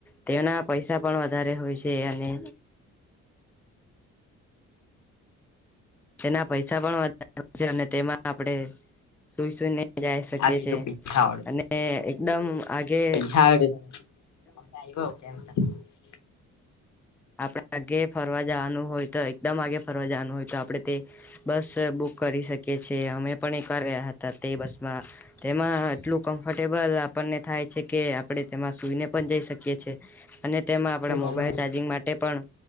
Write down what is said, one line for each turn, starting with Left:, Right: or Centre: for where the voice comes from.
Centre: તેના પૈસા પણ વધારે હોય છે, અને તેના પૈસા પણ વધારે છે, અને તેમાં આપણે સુઈ સુઈને જાય શકી
Left: આ પેલું
Centre: છે,
Left: પૈસા વાળું
Centre: અને એકદમ આધે
Left: પૈસા <inaudible>
Centre: આપડા આગે ફરવા જવાનું હોય તો એકદમ આધે ફરવા જવાનું હોય તો આપડે તે બસ બુક કરી શકીએ છે અમે પણ એક વાર ગયા હતા તે બસમાં તેમાં એટલું કમ્ફર્ટેબલ આ પને થાય છે કે આપણે તેમાં સુઈને પણ જઈ શકીએ છે અને તેમાં આપણા મોબાઈલ
Left: આવ્યો
Centre: ચાર્જિંગ માટે પણ